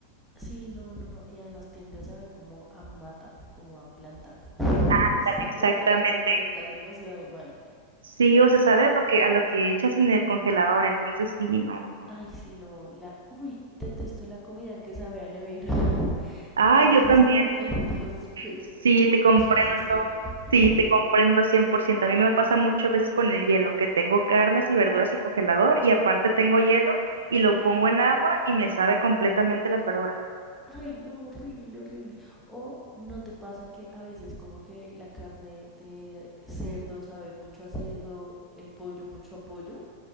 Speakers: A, in the centre; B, on the right.
A: Sí, no, no, no. Y además tiende a saber como a mata, como a planta. <laughs>
B: Ándale,
A: No sé,
B: exactamente.
A: como que las condimentan demasiado mal.
B: Sí, o se sabe a lo que, a lo que echas en el congelador, entonces sí, no, no, no.
A: Ay, sí, no, la, uy, detesto la comida que sabe a nevera. <laughs>
B: Ah,
A: No, no
B: yo
A: sé
B: también.
A: si me entiendas, <laughs> pero
B: Sí, te comprendo.
A: eso existe. <laughs>
B: Sí, te comprendo 100%. A mí me pasa muchas veces con el hielo, que tengo carnes y verduras en el congelador y aparte tengo hielo y lo pongo en agua y me sabe completamente las verduras.
A: Ay, no, horrible, horrible. O no te pasa que a veces como que la carne de cerdo sabe mucho a cerdo, el pollo mucho a pollo.